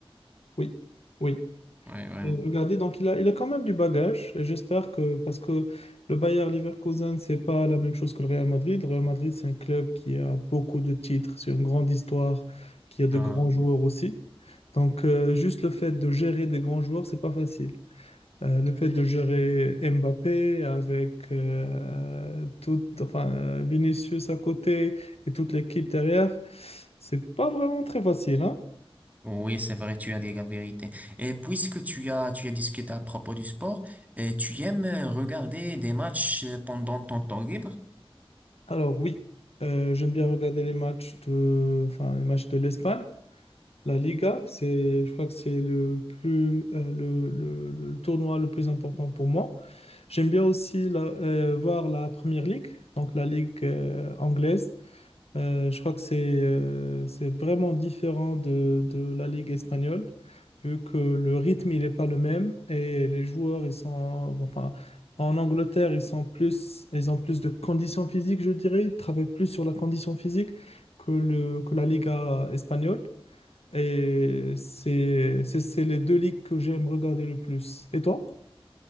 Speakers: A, on the left; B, on the right.
A: Oui, oui.
B: Oui, vraiment.
A: Euh, Regardez, donc il a, il a quand même du bagage, et j'espère que, parce que le Bayer Leverkusen, c'est pas la même chose que le Real Madrid. Le Real Madrid, c'est un club qui a beaucoup de titres, c'est une grande histoire, qui a de
B: Ah,
A: grands joueurs aussi. Donc, euh, juste le fait de gérer des grands joueurs, c'est pas facile. Euh, le fait de gérer Mbappé avec euh, tout, enfin, euh, Vinicius à côté et toute l'équipe derrière, c'est pas vraiment très facile, hein.
B: oui, c'est vrai, tu as dit la vérité. Et puisque tu as, tu as discuté à propos du sport, euh, tu aimes euh, regarder des matchs euh, pendant ton temps libre?
A: Alors oui, euh, j'aime bien regarder les matchs de, enfin, les matchs de l'Espagne, la Liga. C'est, je crois que c'est le plus, euh, le, le- le tournoi le plus important pour moi. J'aime bien aussi la- euh, voir la Première Ligue, donc la Ligue euh, anglaise. Euh, je crois que c'est euh, c'est vraiment différent de, de la Ligue espagnole, vu que le rythme il n'est pas le même et les joueurs ils sont enfin en Angleterre ils sont plus ils ont plus de conditions physiques je dirais, ils travaillent plus sur la condition physique que le que la Liga espagnole et c'est c'est c'est les deux ligues que j'aime regarder le plus. Et toi?